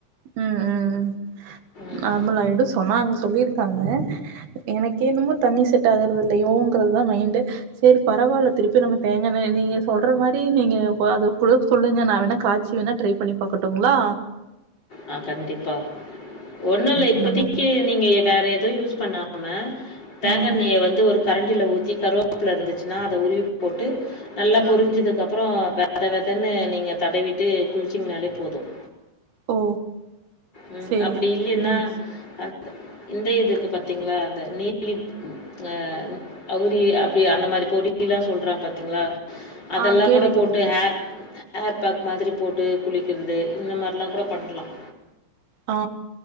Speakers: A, on the right; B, on the left.
A: உஹம் உம்
B: ம்.
A: நார்மல் ஆயிடும் சொன்னா சொல்லி இருப்பாங்க எனக்கு என்னமோ தண்ணி செட் ஆகுறது இல்லையோங்கறது தான் மைண்டு சேரி பரவாயில்ல திருப்பி நம்ம தேங்காய் எண்ணெய் நீங்க சொல்ற மாதிரி நீங்க அதற்கு சொல்லுங்க நான் வேணா காய்ச்சி வேணா ட்ரை பண்ணி பார்க்கட்டும்ங்களா
B: ஆஹ் கண்டிப்பா ஒண்ணும் இல்ல இப்போதைக்கு
A: இந்த மாரி
B: நீங்க வேற எதுவும் யூஸ் பண்ணாம தேங்காய்
A: ம்
B: எண்ணெய்யை வந்து ஒரு கரண்டில ஊத்தி கருவேப்பிலை இருந்துச்சுன்னா அதை உருவி போட்டு நல்லா
A: ஆ
B: பொரிஞ்சதுக்கு அப்புறம் அதை வெதுவெதுன்னு நீங்கள் தடவிட்டு குளிச்சிங்கனாலே போதும்
A: ஓ
B: ம்
A: சேரி
B: அப்படி இல்லைன்னா
A: நீங்
B: அந்த இந்த இது இருக்கு பாத்திங்களா அந்த நீலி அஹ அவுரி அப்படி அந்த மாதிரி பொடி எல்லாம் சொல்றாங்க பார்த்தீங்களா அது
A: ஆ
B: எல்லாம்
A: கேள்விப்பட்ருக்கே
B: கூட போட்டு ஹேர் ஹேர் பேக் மாதிரி போட்டு குளிக்கிறது இந்த மாதிரிலாம் கூட பண்ணலாம்
A: ஆ